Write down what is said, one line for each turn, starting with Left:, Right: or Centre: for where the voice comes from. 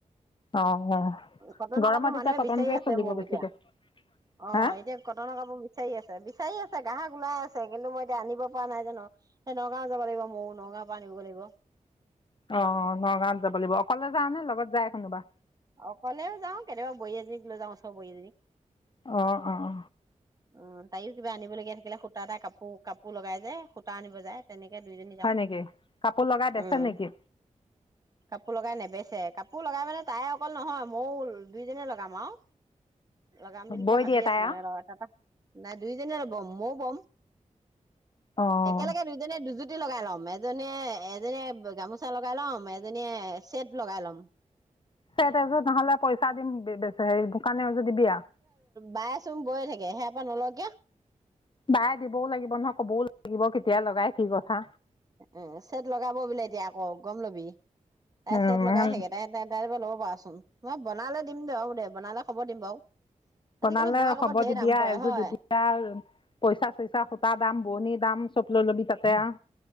Left: অঁ অঁ
Right: কটনৰ
Left: গৰমত
Right: কাপোৰ মানুহে
Left: এতিয়া কটনটোৱে
Right: বিচাৰি আছে
Left: চলিব
Right: মোক
Left: বেছিকৈ
Right: এতিয়া অ
Left: হা
Right: এতিয়া কটনৰ কাপোৰ বিচাৰি আছে বিচাৰি আছে। গ্ৰাহক ওলাই আছে কিন্তু মই। আনিব পৰা নাই জানো হেতক। না যাব লাগিব মৌ নগাঁও পৰা আনিব লাগিব।
Left: অ নগাঁৱত যাব লাগিব অকলে যা নে লগত যায় কোনোবা।
Right: অকলেও যাওঁ কেতিয়াবা বোৱাৰী এজনীক লৈ যাওঁ চব লগৰী এজনীক।
Left: অ অ অ
Right: অ তাইও কিবা আনিব লগীয়া থাকিলে সূতা এটা কাপোৰ কাপোৰ লগাই যায় সূতা আনিব যায় তেনেকে। দুইজনী যাও
Left: হয় নেকি কাপোৰ লগাই বেচে
Right: উম
Left: নেকি
Right: কাপোৰ লগাই নেবেচে। কাপোৰ লগাই মানে তাই অকল নহয় ময়ো দুইজনে লগাম আৰু। লগাম বুলি
Left: বৈ
Right: এ ভাবি
Left: দিয়ে তাই
Right: আছোঁ
Left: আৰু
Right: মানে ৰ এটা থাপা। নাই। দুইজনৰ ব'ম ময়ো বম।
Left: অঁ
Right: একেলগে দুইজনীয়ে দুযো। কি লগাই ল'ম এজনীয়ে এজনীয়ে ।গামোচা লগাই ল'ম এজনীয়ে চেট লগাই ল'ম।
Left: সেই তাৰপিছত নহলে পইচা দিমে স দোকানে। দিবিয়াও।
Right: বাই চোন বৈয়ে থাকে সেয়াৰ পৰা নল কিয়।
Left: বায় দিবও লাগিব নহয় ক'বও লাগিব কেতিয়া। লগাই কি কথা।
Right: উম চেট লগাব বোলে এতিয়া আকৌ গম ল'বি তাই
Left: উম
Right: চেছট লগাই থাকে তাই তাই ল'ব পাৰ। চোন মই বনালে দিম দে দে বনালে খবৰ দিম বাৰু। আজিকালি
Left: বনালে
Right: বোৱা কাপোৰ
Left: হব
Right: ঢেৰ
Left: দিবিয়া
Right: দাম পৰে
Left: এযোৰ
Right: হয়
Left: দিবিয়া পইচা চইচা সুতা দাম বোৱনিৰ দাম চব লৈ লবি তাতে। তাতে।